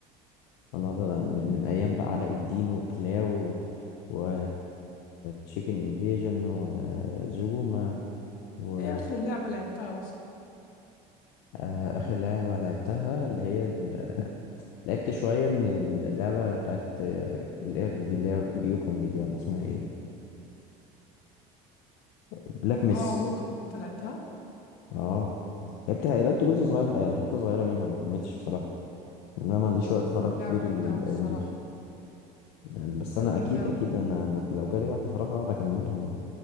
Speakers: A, on the left; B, on the left.
A: انا أقعد ألعب من, من ايام بقى علاء الدين وكلاو و تشيكن انفيجن وزوما و
B: دي آخر لعبة لعبتها أصلا
A: آه، اخر لعبه لعبتها اللي هي ال... <laughs> لعبت شويه من اللعبه بتاعت القرد دي اللي هي يوكونج دي ولا اسمها ايه بلاك ميس
B: اه ووك أنت لعبتها؟
A: اه لعبتها لعبت جزء صغير يعني حته صغيره منها ما كملتش بصراحه انا ما عنديش وقت
B: اللعبة
A: فراغ كبير
B: جامدة
A: ال- الايام
B: أوي الصراحة
A: دي يعني بس
B: لعبة
A: انا
B: جامدة
A: اكيد
B: أوي
A: اكيد انا, أنا لو جالي وقت فراغ اقعد اكملها يعني